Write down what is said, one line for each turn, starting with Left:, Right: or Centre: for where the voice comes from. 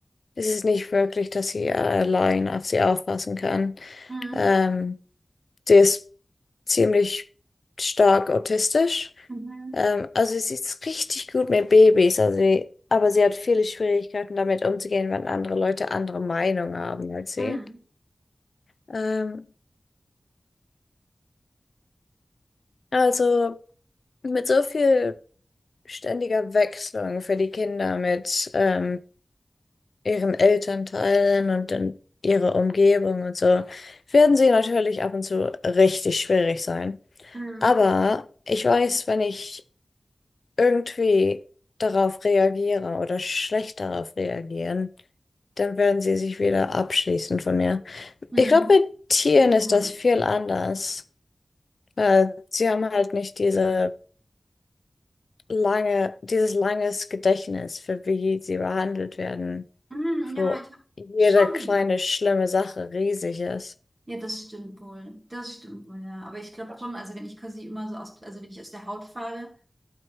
Left: es ist nicht wirklich, dass sie allein auf sie aufpassen kann.
Right: Mhm.
Left: Ähm, sie ist ziemlich stark autistisch.
Right: Mhm.
Left: Ähm, also sie ist richtig gut mit Babys, also sie, aber sie hat viele Schwierigkeiten damit umzugehen, wenn andere Leute andere Meinung haben als sie.
Right: Mhm.
Left: Ähm, also mit so viel ständiger Wechselung für die Kinder mit ähm, ihren Elternteilen und dann ihrer Umgebung und so, werden sie natürlich ab und zu richtig schwierig sein.
Right: Mhm.
Left: Aber ich weiß, wenn ich irgendwie darauf reagiere oder schlecht darauf reagieren, dann werden sie sich wieder abschließen von mir.
Right: Hm.
Left: Ich glaube, mit Tieren ist
Right: Mhm.
Left: das viel anders, weil sie haben halt nicht diese lange, dieses langes Gedächtnis für wie sie behandelt werden,
Right: Hm, ja,
Left: wo
Right: ich habe
Left: jede
Right: schon.
Left: kleine schlimme Sache riesig ist.
Right: Ja, das stimmt wohl. Das stimmt wohl, ja. Aber ich glaube schon, also wenn ich quasi immer so aus, also wenn ich aus der Haut fahre,